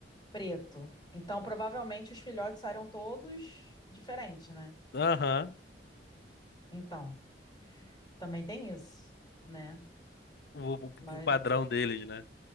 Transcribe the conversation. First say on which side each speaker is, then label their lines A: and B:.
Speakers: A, on the left (about 25°); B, on the left (about 60°).
A: Preto. Então, provavelmente, os filhotes saíram todos diferentes, né?
B: Aham.
A: Então. também tem isso, né?
B: O, o-
A: Mas
B: o padrão deles, né?